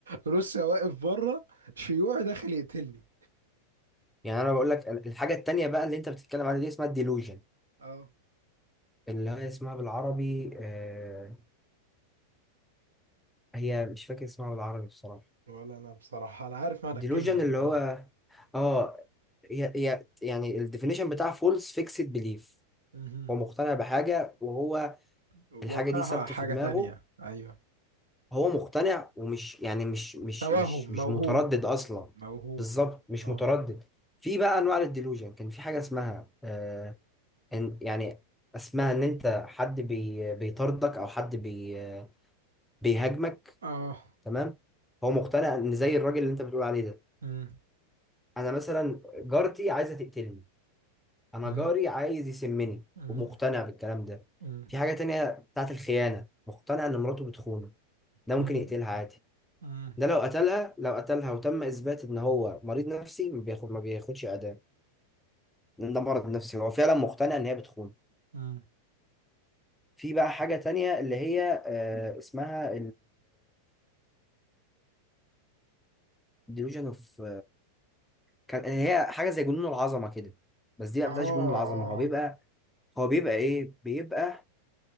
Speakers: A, on the right; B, in the centre.
A: روسيا واقف بره شيوعي داخل يقتلني
B: يعني انا بقول لك الحاجة التانية بقى اللي انت بتتكلم عليها دي اسمها الديلوجن
A: اه
B: اللي هي اسمها بالعربي آه هي مش فاكر اسمها بالعربي بصراحة
A: ولا انا بصراحة انا عارف معنى
B: ديلوجن
A: الكلمة يعني.
B: اللي هو
A: اه
B: اه هي هي يعني الديفينيشن بتاع فولس فيكسد بليف
A: مهم.
B: هو مقتنع بحاجة وهو
A: واقعها
B: الحاجة دي ثابتة
A: حاجة
B: في دماغه
A: تانية ايوه
B: هو مقتنع ومش يعني مش مش
A: توهم
B: مش مش
A: موهوم
B: متردد اصلا
A: موهوم
B: بالظبط مش
A: اه
B: متردد في بقى انواع للديلوجن كان في حاجة اسمها آه، إن يعني اسمها ان انت حد بي بيطاردك او حد بي بيهاجمك
A: اه
B: تمام هو مقتنع ان زي الراجل اللي انت بتقول عليه ده
A: مم.
B: انا مثلا جارتي عايزه تقتلني انا
A: مم.
B: جاري عايز يسمني
A: مم.
B: ومقتنع بالكلام ده
A: مم.
B: في حاجه تانية بتاعت الخيانه مقتنع ان مراته بتخونه ده
A: مم.
B: ممكن يقتلها عادي
A: مم.
B: ده لو قتلها لو قتلها وتم اثبات ان هو مريض نفسي ما بياخد ما بياخدش اعدام لان ده مرض نفسي هو فعلا مقتنع ان هي بتخونه
A: مم.
B: في بقى حاجه تانية اللي هي آه، اسمها ديلوجن اوف كان هي حاجه زي جنون العظمه كده بس دي ما
A: اه
B: بتبقاش
A: اه
B: جنون العظمه هو بيبقى هو بيبقى ايه بيبقى